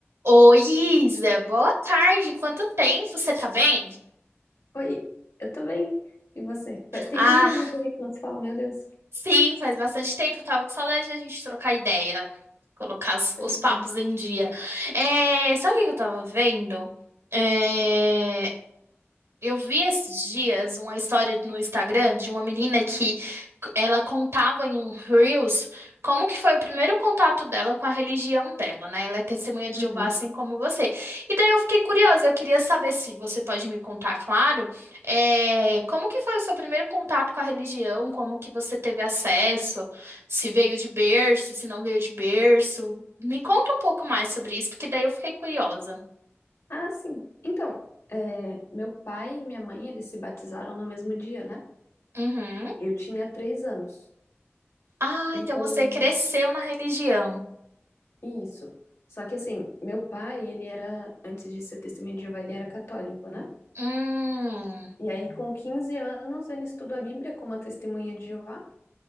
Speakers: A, on the right; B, on the left.
A: Oi, Isa, boa tarde. Quanto tempo? Você tá bem?
B: Oi, eu tô bem. E você? Faz tempo
A: Ah,
B: mesmo que a gente não se fala, meu Deus.
A: sim, faz bastante tempo. Eu tava com saudade da gente trocar ideia, colocar as-
B: Pois
A: os, papos
B: é.
A: em dia. É, sabe o que que eu tava vendo? É, Eu vi esses dias uma história no Instagram de uma menina que ela contava em um Reels como que foi o primeiro contato dela com a religião dela, né? Ela é testemunha de
B: Uhum.
A: Jeová, assim como você. E daí eu fiquei curiosa, eu queria saber se você pode me contar, claro, eh, como que foi o seu primeiro contato com a religião, como que você teve acesso, se veio de berço, se não veio de berço. Me conta um pouco mais sobre isso, porque daí eu fiquei curiosa.
B: Ah, sim. Então, é, meu pai e minha mãe, eles se batizaram no mesmo dia, né?
A: Uhum.
B: Eu tinha três anos.
A: Ah,
B: Então,
A: então você cresceu na religião.
B: isso. Só que assim, meu pai, ele era, antes de ser testemunha de Jeová, ele era católico, né?
A: Hum,
B: E aí, com 15 anos, ele estudou a Bíblia como a testemunha de Jeová.